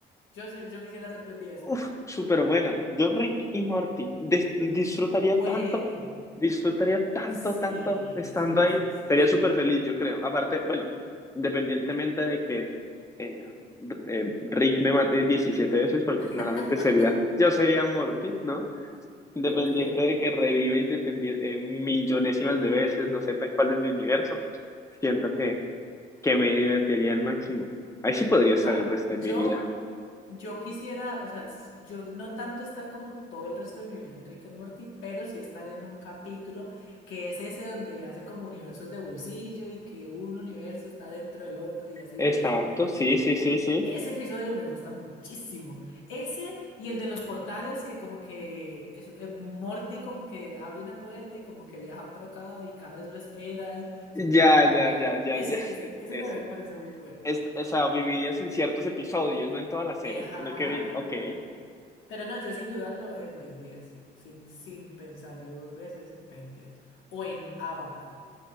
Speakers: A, on the left; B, on the left.
A: Yo sé, yo quisiera ser Ben 10.
B: Uf, súper buena. Yo, Rick y Morty, dis- disfrutaría
A: Bueno.
B: tanto, disfrutaría tanto,
A: Sí,
B: tanto estando
A: sí,
B: ahí.
A: sí, sí,
B: Sería
A: sí.
B: súper feliz, yo creo. Aparte, bueno, independientemente de que eh, eh, Rick me mate 17 veces, porque
A: <laughs>
B: claramente sería, yo sería Morty, ¿no? Independiente
A: Ok.
B: de que revive independiente, eh, millonésimas de veces, no sepa cuál es mi universo, siento que, que me divertiría al máximo. Ahí sí podría
A: O
B: estar
A: sea,
B: el resto
A: yo.
B: de mi vida.
A: Yo quisiera, o sea, s- yo no tanto estar como todo el resto de mi vida en Rick and Morty, pero sí estar en un capítulo que es ese donde hacen como universos de bolsillo y que un universo está dentro del otro y así,
B: Exacto,
A: y así que
B: sí, sí, sí, sí.
A: ese episodio me gusta muchísimo. Ese y el de los portales que como que es, eh, Morty como que abre una puerta y como que viaja a otra acá y cada vez lo esperan, súper
B: Ya,
A: armado.
B: ya, ya, ya,
A: Ese,
B: ya.
A: ese,
B: <laughs>
A: ese
B: Ese.
A: también me parece muy bueno.
B: Es, o sea, vivirías en ciertos episodios, no en toda la serie,
A: Ajá,
B: sino que, vi-
A: ajá.
B: ok.
A: Pero no, yo sin dudarlo en Ben 10, sin, sin pensarlo dos veces, Ben 10. O en Avatar.